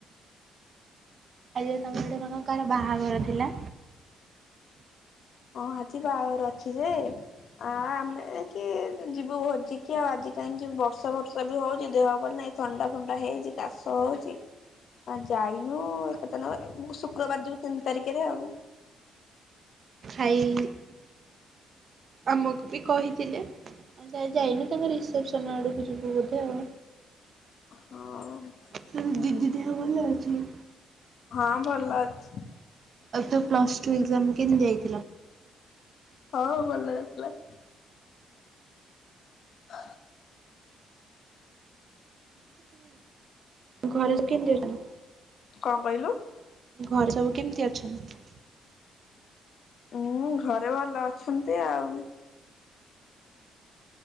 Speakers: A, on the right; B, on the left.
A: ଆଜି ତମର ଗୋଟେ କଣ କାହାର ବାହାଘର ଥିଲା?
B: ହଁ ଆଜିି ବାହାଘର ଅଛି ଯେ ଆ ଆମେ କି? ଯିବୁ ଭୋଜିିକି ଆଉ ଆଜି କାଇଁ ଯିବୁ ବର୍ଷା ଫର୍ଷା ବି ହେଉଛି ଦେହ ଭଲ ନାଇଁ ଥଣ୍ଡା ଫଣ୍ଡା ହେଇଛି। କାଶ ହଉଛି ଆ ଯାଇନୁ ଏକଥାନ ମୁଁ ସୁ ଶୁକ୍ରବାର ଯିବୁ ତିନି ତାରିଖରେ ଆଉ।
A: ପାଇ ଆମକୁ ବି କହିଥିଲେ। ଆଚ୍ଛା ଆଜି ଯାଇନୁ ତ ତାଙ୍କ ରିସେପସନ୍‌ ଆଡକୁ ଯିବୁ ବୋଧେ ଆଉ।
B: ହଁ।
A: ଘରେ ଦିଦି ଦେହ ଭଲ ଅଛି।
B: ହଁ ଭଲ ଅଛି।
A: ଆଉ ତୁ ପ୍ଲସ ଟୁ ଏକଜାମ୍ କେନ ଯାଇ
B: ହଁ ଭଲ ହେଇଥିଲା। ହ
A: ଘରେ ସବୁ କେମିତି ଅଛନ୍ତି?
B: କଣ କହିଲୁ?
A: ଘରେ ସବୁ କେମିତି ଅଛନ୍ତି?
B: ଉଁ ଘରେ ଭଲ ଅଛନ୍ତି ଆଉ।